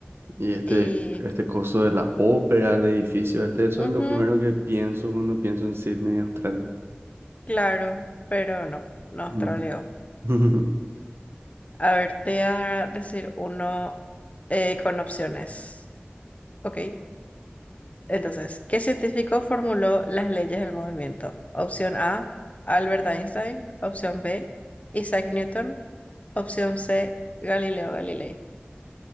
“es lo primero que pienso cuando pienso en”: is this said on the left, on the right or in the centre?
Right